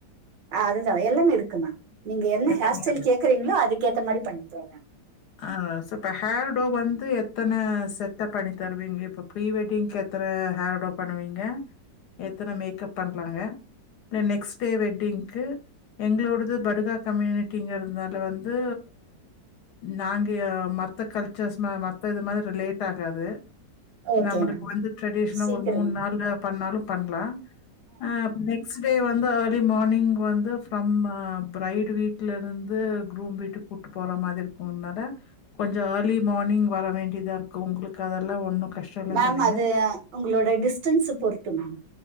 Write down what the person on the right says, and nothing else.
ஆ அதுதா எல்லாமே இருக்கு மேம் நீங்க என்ன
ஹேர் ஸ்டைல்
கேக்குறீங்களோ அதுக்கேத்த மாரி பண்ணி தரோ மேம்
ஓகே
மேம்
சீக்கிரம்
மேம்
அது உங்களோட டிஸ்டன்ஸ பொருத்து மேம்